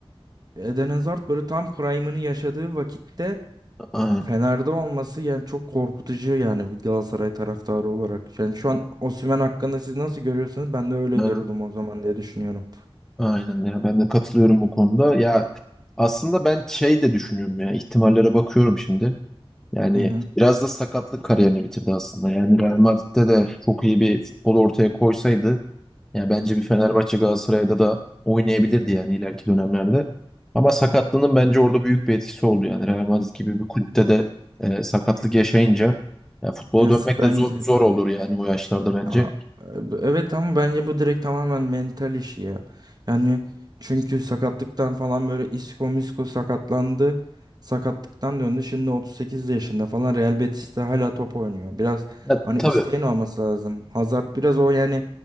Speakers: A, on the right (about 40°); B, in the centre.
A: Eden Hazard böyle tam prime'ını yaşadığı vakitte
B: aynen
A: Fener'de olması yani çok korkutucu yani bir Galatasaray taraftarı olarak. Yani şu an Osimhen hakkında siz nasıl görüyorsunuz? Ben de öyle
B: aynen
A: görüyordum o zaman diye düşünüyorum.
B: aynen ya ben de katılıyorum bu konuda ya aslında ben şey de düşünüyorum ya ihtimallere bakıyorum şimdi yani
A: Hı hı.
B: biraz da sakatlık kariyerini bitirdi aslında yani Real Madrid'de de çok iyi bir futbol ortaya koysaydı ya bence bir Fenerbahçe Galatasaray'da da oynayabilirdi yani ileriki dönemlerde ama sakatlığının bence orada büyük bir etkisi oldu yani Real Madrid gibi bir kulüpte de e, sakatlık yaşayınca ya futbola
A: Ya
B: dönmek
A: s- bence
B: de zor, zor olur yani o yaşlarda bence.
A: Aa, e, Evet ama bence bu direkt tamamen mental işi ya. Yani çünkü sakatlıktan falan böyle isko misko sakatlandı. Sakatlıktan döndü. Şimdi 38 yaşında falan Real Betis'te hala top oynuyor. Biraz
B: Ya,
A: hani
B: tabii.
A: isteğin olması lazım. Hazard biraz o yani